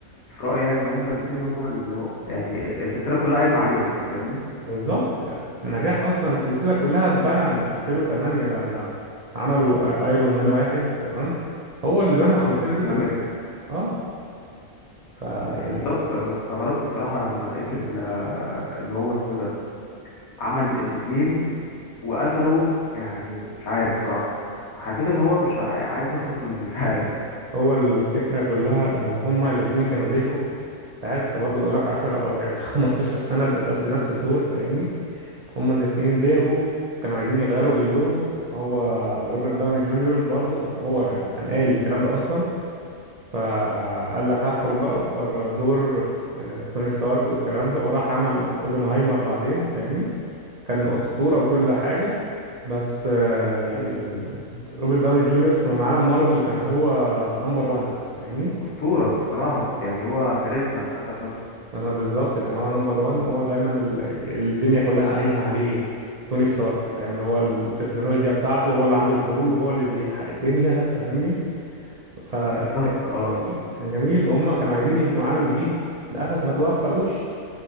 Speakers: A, on the left; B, on the right.
A: في رايي يعني ان هم الاثنين هم اللي هو يعني السلسله كلها قايمه عليهم انت فاهمني
B: بالظبط يعني نجاح اصلا السلسله كلها اتبنى من 2008 لما عملوا ايرون مان واحد تمام هو اللي بنى
A: مع
B: السلسله
A: كابتن
B: دي كلها
A: امريكا
B: اه فيعني
A: بالظبط انا استغربت بصراحه لما لقيت ال- آه، ان هو اسمه إيه ده عمل الاثنين وقتله يعني مش عارف بصراحة حسيت ان هو مش عاي- عايز يخلص منه مش عارف
B: هو الفكره كلها ان هما الاتنين كانوا زهقوا انت عارف انت برضه بقالك 10 او <laughs> 15 سنه بتأدي نفس الدور فاهمني هما الاتنين زهقوا كانوا عايزين يغيروا جلدهم هو روبرت داوني جونيور برضه هو يعني كان قايل الكلام ده اصلا فقال لك هخرج بقى بره دور آه، توني ستارك والكلام ده وراح عمل اوبنهايمر بعدين فاهمني كان أسطورة وكل حاجة بس آه، يعني
A: مم.
B: روبرت داوني جونيور في عالم مارفل كان هو نمبر 1 فاهمني
A: أسطورة بصراحة كنت يعني هو كاريزما حتى في نفسه
B: انا بالظبط كان هو نمبر 1 وهو دايما ال... يعني الدنيا كلها قايمة عليه توني ستارك فاهم هو التكنولوجيا بتاعته هو اللي عنده الحلول وهو اللي بيلحق الدنيا فاهمني فكان
A: بالظبط اه
B: جميل كان جميل وهم كانوا عايزين يبنوا عالم جديد للاسف ما توفقوش